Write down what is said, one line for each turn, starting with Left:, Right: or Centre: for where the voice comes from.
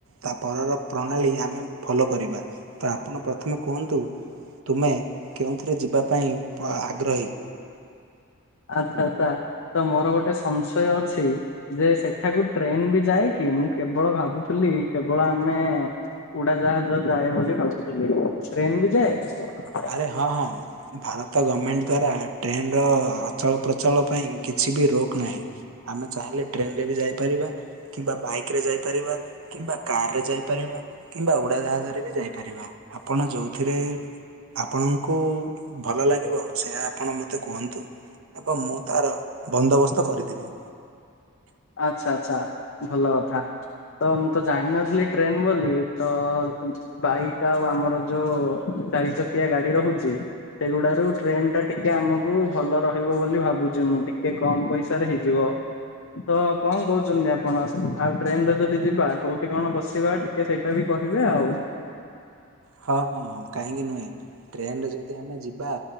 Right: ତା ପରର ପ୍ରଣାଳୀ ଆମେ ଫଲୋ କରିବା ତ ଆପଣ ପ୍ରଥମେ କୁହନ୍ତୁ। ତୁମେ କେଉଁଥିରେ ଯିବା ପାଇଁ ପ ଆଗ୍ରହୀ।
Left: ଆଚ୍ଛା ଆଚ୍ଛା ତ ମୋର ଗୋଟେ ସଂଶୟ ଅଛି। ଯେ ସେଠାକୁ ଟ୍ରେନବି ଯାଏକି ମୁଁ କେବଳ ଭାବୁଥିଲି କେବଳ ଆମେ ଉଡାଜାହାଜ ଯାଏ ବୋଲି ଭାବୁଥିଲି ଟ୍ରେନବି ଯାଏ।
Right: ଆରେ ହଁ ହଁ ଭାରତ ଗମେଣ୍ଟ ଦ୍ଵାରା ଟ୍ରେନର ଅଚଳ ପ୍ରଚଳ ପାଇଁ କିଛିବି ରୋକ ନାହିଁ। ଆମେ ଚାହିଁଲେ ଟ୍ରେନରେବି ଯାଇପାରିବା କିମ୍ବା ବାଇକରେ ଯାଇପାରିବା କିମ୍ବା କାରରେ ଯାଇପାରିବା କିମ୍ବା ଉଡାଜାହାଜରେବି ଯାଇପାରିବା। ଆପଣ ଯୋଉ ଥିରେ ଆପଣଙ୍କୁ ଭଲ ଲାଗିବ ସେୟା ଆପଣ ମୋତେ କୁହନ୍ତୁ। ଏବଂ ମୁଁ ତାର ବନ୍ଦୋବସ୍ତ କରିଦେବି।
Left: ଆଛା ଆଚ୍ଛା ଭଲ କଥା। ତ ମୁଁ ତ ଜାଣିନଥିଲି ଟ୍ରେନ ବୋଲି ତ ବାଇକ୍ ଆଉ ଆମର ଯୋଉ ଚାରି ଚକିଆ ଗାଡି ରହୁଚି ସେଗୁଡାରୁ ଟ୍ରେନ ଟା ଟିକେ ଆମକୁ ଭଲ ରହିବ ବୋଲି ଭାବୁଛି ମୁଁ ଟିକେ କମ ପଇସାରେ ହେଇଯିବ। ତ କଣ କହୁଚନ୍ତି ଆପଣ ଆଉ ଟ୍ରେନ ରେ ଯଦି ଯିବା କୋଉଠି କଣ ବସିବା ଟି ଟିକେ ସେଇଟା ବି କହିବେ ଆଉ।
Right: ହଁ ହଁ କାହିଁକି ନୁହେଁ ଟ୍ରେନରେ ଯଦି ଆମେ ଯିବା